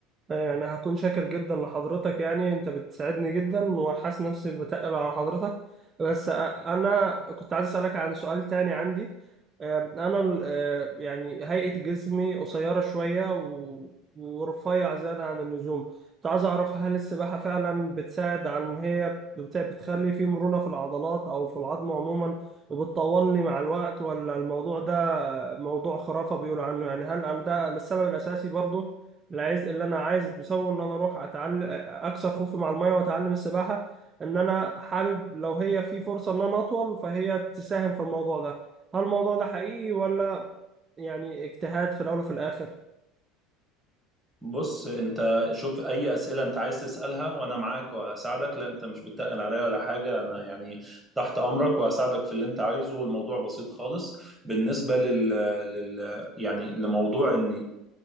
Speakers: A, on the right; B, in the centre.
A: يعني هكون شاكر جدا لحضرتك يعني انت بتساعدني جدا وحاسس نفسي بتقل على حضرتك بس أ- انا كنت عايز اسالك عن سؤال تاني عندي أم، انا ال- أه، يعني هيئة جسمي قصيرة شوية و- ورفيع زيادة عن اللزوم كنت عايز اعرف هل السباحة فعلا بتساعد عن إن هي بت- بتخلي في مرونة في العضلات او في العظم عموما وبتطولني مع الوقت ولا الموضوع ده موضوع خرافة بيقولوا عنه يعني هل ده السبب الاساسي برضو العايز اللي انا عايز بسوي ان انا اروح اتعلم اكسر خوفي مع الميه واتعلم السباحه ان انا حابب لو هي في فرصه ان انا اطول فهي تساهم في الموضوع ده هل الموضوع ده حقيقي ولا يعني اجتهاد في الاول وفي الاخر
B: بص انت شوف اي أسئلة انت عايز تسألها وانا معاك وهساعدك لا انت مش بتقل عليا ولا حاجة انا يعني تحت امرك وهساعدك في اللي انت عايزه والموضوع بسيط خالص بالنسبة لل, لل... يعني لموضوع ان